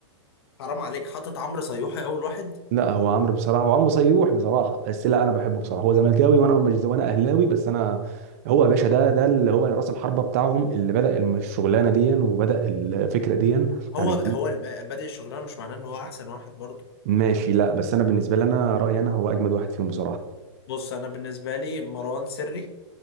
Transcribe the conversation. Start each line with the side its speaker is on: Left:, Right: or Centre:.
Left: حرام عليك حاطط عمرو صيوحي أول واحد
Right: لا هو عمرو بصراحه هو عمرو صيوح بصراحه بس لا انا بحبه بصراحه هو زملكاوي وانا مش وانا اهلاوي بس انا هو يا باشا ده ده اللي هو راس الحربه بتاعهم اللي بدا الشغلانه دي وبدا الفكره دي على
Left: هو
Right: اليوتيوب
Left: هو الب- بادئ الشغلانة مش معناه إن هو أحسن واحد برضه
Right: ماشي لا بس انا بالنسبه لي انا رايي انا هو اجمد واحد فيهم بصراحه
Left: بص أنا بالنسبة لي مروان سري